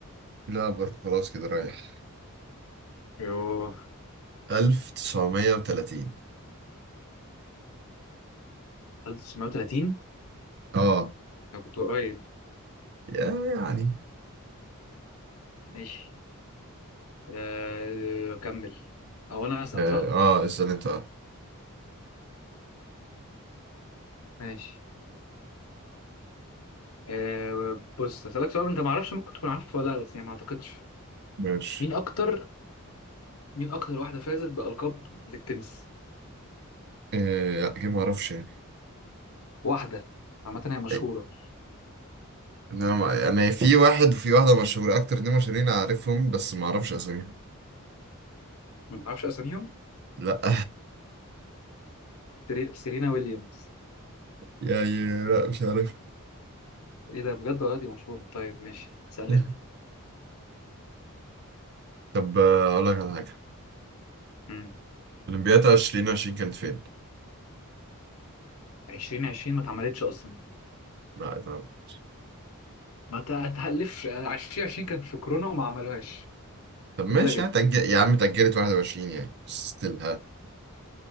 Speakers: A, on the right; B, on the left.
A: لا برضه خلاص كده رايح
B: <clears throat> يوه
A: 1930
B: 1930
A: اه
B: انا كنت قريب
A: يا- يعني
B: ماشي آه، اكمل او انا اسال
A: اه
B: صح
A: آه، اسال انت اه
B: ماشي آه بص هسألك سؤال انت ما اعرفش ممكن تكون عارفه ولا لا بس يعني ما اعتقدش
A: ماشي
B: مين اكتر مين اكتر واحده فازت بالقاب للتنس
A: آه، لا كده ما اعرفش يعني
B: واحده عامه هي مشهوره
A: إيه، إن انا ما- انا في واحد وفي واحده مشهوره اكتر اتنين مشهورين اعرفهم بس ما اعرفش اساميهم
B: ما اعرفش اساميهم
A: لا <laughs>
B: سيري- سيرينا ويليامز
A: يعني لا مش عارف
B: ايه ده بجد ولا دي مشهوره طيب ماشي اسالني
A: <laughs>
B: انت
A: طب آه، اقول لك على حاجه
B: امم
A: اولمبياد 2020 كانت فين؟
B: 2020 ما اتعملتش اصلا
A: لا اتعملت
B: ما تع- تهلفش آه، 2020 كانت في كورونا وما عملوهاش
A: طب ماشي
B: واتلغت
A: هتأجل يا عم اتأجلت 21 يعني ستيل ها